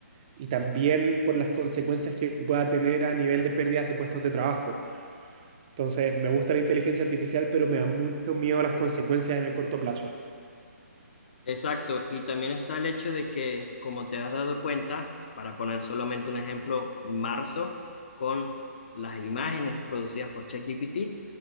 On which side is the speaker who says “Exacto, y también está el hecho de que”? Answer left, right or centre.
Left